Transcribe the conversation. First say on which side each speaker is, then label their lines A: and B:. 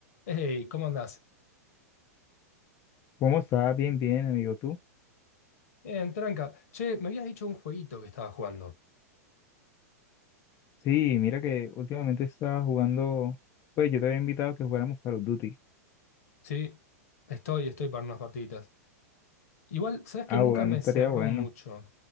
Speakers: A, on the left; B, on the left.
A: Hey, ¿cómo andás?
B: ¿Cómo estás? Bien, bien, amigo, tú.
A: Bien, tranca. Che, me habías dicho un jueguito que estabas jugando.
B: Sí, mira que últimamente estaba jugando, pues yo te había invitado a que jugáramos Call of Duty.
A: Sí, estoy, estoy para unas partiditas. Igual, sabes
B: Ah,
A: que nunca
B: bueno,
A: me
B: estaría
A: cerró
B: bueno.
A: mucho.